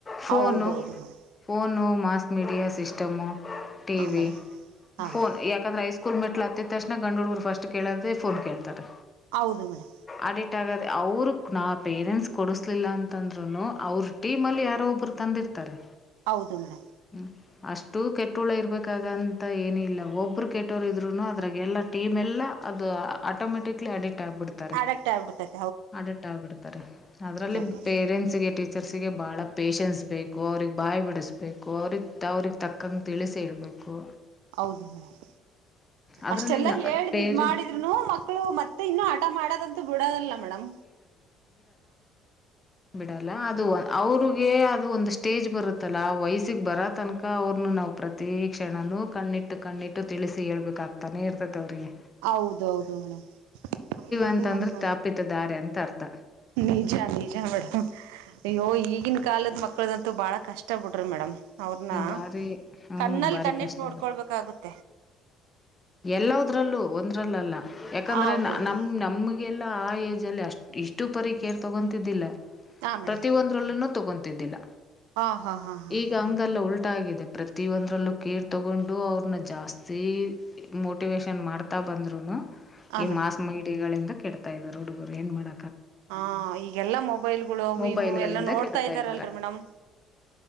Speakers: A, on the left; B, on the right.
A: ಫೋನು
B: ಹೌದೌದು madam
A: phone mass media system T
B: ಹಾ
A: ವಿ
B: ಮೇಡಮ್ ಹಾ
A: ಫೋನ್
B: ಮೇಡಮ್
A: ಯ ಯಾಕಂದ್ರ ಐ ಸ್ಕೂಲ್ ಮೆಟ್ಲ ಹತ್ತ ತಣ ಗಂಡುಗರು ಫಸ್ಟ್ ಕೇಳದ ಫೋನ್ ಕೇತಾರೆ
B: ಹೌದು ಮೇಡಮ್
A: ಅಡಿಟ್ ಆಗದೆ ಅವ್ರ ನಾ ಪೇರೆಂಟ್ಸ್ ಕೊಡಿಸ್ಲಿಲ್ಲ ಅಂತಂದ್ರು ಅವರು ಟೀಮಲ್ಲಿ ಯಾರೋ ಒಬ್ರು ತಂದಿರ್ತಾರೆ
B: ಹೌದು ಮೇಡಮ್
A: ಹ್ಮ ಅಷ್ಟು ಕೆಟ್ಟೋಳ ಇರ್ಬೇಕಾಗಂತ ಏನಿಲ್ಲ ಒಬ್ಬ ಕ್ರಿಕೆಟೋರು ಇದ್ರುೂ ಅದ್ರಾಗ ಎಲ್ಲ ಟೀಮ್ ಎಲ್ಲ ಅದು ಆಟೋಮೆಟಿಕ್ಲಿ ಅಡಿಟ್ ಆಗ್ಿಬಿಡ್ತೆ
B: ಎಡಿಟ್ ಆಗ್ಬಿಡ್ತಾರೆ
A: ಎಡಿಟ್ ಆಗ್ಬಿಡ್ತಾರೆ ಅದ್ರಲ್ಲಿ
B: ನಿಜ
A: ಪೇರೆಂಟ್ಸ್ಗೆ ಟೀಚರ್ಸ್ಗೆ ಬಹಳ ಪೇೇಶನ್ಸ್ ಬೇಕು ಅವ್ರಗ್ ಬಾಯ್ ಬಿಡಿಸ್ಬೇಕು ಅವ್ರಿಗೆ ಅವ್ರಿಗೆ ತಕ್ಕಂ ತಿಳಿಸಿ ಇಡಬೇಕು
B: ಹೌದು ಮೇಡಮ್
A: ಅದರಲ್ಲಿ
B: ಅಷ್ಟೆಲ್ಲಾ
A: ನ
B: ಹೇಳಿ
A: ಪೇರೆಂಟ್
B: ಮ ಮಾಡ ಮಕ್ಕಳು ಮತ್ತೆ ಇನ್ನುೂ ಆಟ ಮಾಡೋದಂತೂ ಬಿಡೋದಲ್ಲ ಮೇಡಮ್
A: ಬಿಡಲ್ಲ ಅದು ಅವ್ರಿಗೆ ಅದು ಒಂದು ಸ್ಟೇಜ್ ಬರುತ್ತಲ್ಲ ವಯಸ್ಸಿಗೆ ಬರ ತನ್ಕ ಅವ್ರನು ನಾವು ಪ್ರತಿ ಕ್ಷಣನುೂ ಕಣ್ಣಿಟ್ಟು ಕಣ್ಣಿಟ್ಟು ತಿಳಿಸಿ ಹೇಳ್ಬೇಕಾಗ್ತಾನೆ ಇರ್ತತಿ ಅವ್ರಿಗೆ
B: ಹೌದ ಹೌದು ಮೇಡಮ್ ಬಿಟ್ಟೀ
A: ಅಂತಂದ್ರ
B: ಅಂತ
A: ತಾಪಿತ ದಾರಿ ಅಂತ ಅರ್ಥ
B: ನಿಜ ಜ ಮೇಡಮ್ ಅಯ್ಯೋ ಈಗಿನ ಕಾಲದ ಮಕ್ಳದಂತೂ ಬಹಳ ಕಷ್ಟ ಬಿಡ್ರಿ ಮೇಡಮ್ ಅವ್ರನ್ನ
A: ಬಾರಿ ಹ್ಮ್
B: ಕಣ್ಣಲ್ಲಿ
A: ಬಾರಿ
B: ಕಣ್ಣಿಟ್ಟ
A: ಕಷ್ಟ
B: ನೋಡ್ಕೊಳ್ಬೇಕಾಗುತ್ತೆ
A: ಆಗುತ್ತೆ ಎಲ್ಲದ್ರಲ್ಲೂ ಒಂದ್ರಲ್ಲಲ್ಲ ಯಾಕಂದ್ರೆ
B: ಹ ಹೌದೌದು
A: ನಮ್ ನಮ ಲ್ಲಾ ಆ ಏಜ್ ಅಲ್ಲಿ ಅಷ್ಟ್ ಇಷ್ಟು ಪರಿ ಕೇರ್ ತಗೊತಿದ್ದಿಲ್ಲ
B: ಹಾ ಮೇಡಮ್
A: ಪ್ರತಿಯ ಒಂದ್ರಲ್ಲನುೂ ತಗೊತಿದ್ದಿಲ್ಲ
B: ಹಾ ಹಾ ಹಾ ಹಾ
A: ಈಗ
B: ಹಾ
A: ಹಂಗಲ್ಲ ಉಲ್ಟ ಆಗಿದೆ ಪ್ರತಿಿಯ ಒಂದ್ರಲ್ಲೂ ಕೇರ್ ತಗೊಂಡು ಅವ್ರನ್ನ ಜಾಸ್ತಿ ಮೋಟಿವೇಶನ್ ಮಾಡ್ತಾ ಬಂದ್ರುನು
B: ಹಾ
A: ಈ
B: ಮೇಡಮ್
A: ಮಾಸ್ ಇಿಡಿಗಳಿಂದ ಕೆಡ್ತಾ ಇದ್ದಾರೆ ಹುಡುಗರು ಏನ್ ಮಾಡ
B: ಹಾ ಈಗೆಲ್ಲಾ ಮೊಬೈಲ್ಗಳುವು
A: ಮೊಬೈಲ್ಗಳಿಂದ
B: ಇವು ಎಲ್ಲಾ ನೋಡ್ತಾ
A: ಕೆಡ್ತಾ
B: ಇದ್ದಾರಲ್ರಿ
A: ಇದಾರೆ
B: ಮೇಡಮ್